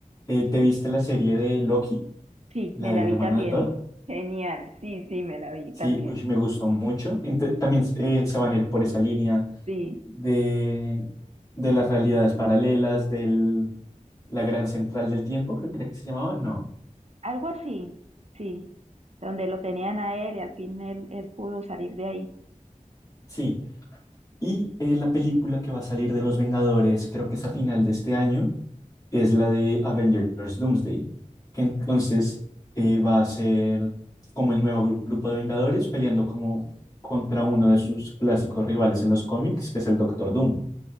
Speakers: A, on the left; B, on the right.
A: Eh, ¿te viste la serie de Loki,
B: Sí,
A: la
B: me
A: del
B: la
A: hermano
B: vi también.
A: de Thor?
B: Genial, sí, sí, me la vi
A: Sí,
B: también.
A: uy, me gustó mucho. Ente- también eh, se van a ir por esa línea
B: Sí.
A: de, de las realidades paralelas, de la gran central del tiempo, creo, creo que se llamaba, no.
B: Algo así, sí, donde lo tenían a él y al fin él, él pudo salir de ahí.
A: Sí. Y eh, la película que va a salir de Los Vengadores, creo que es a final de este año, es la de Avengers Doomsday, que entonces eh, va a ser como el nuevo gru- grupo de Vengadores peleando como contra uno de sus clásicos rivales en los cómics, que es el Doctor Doom.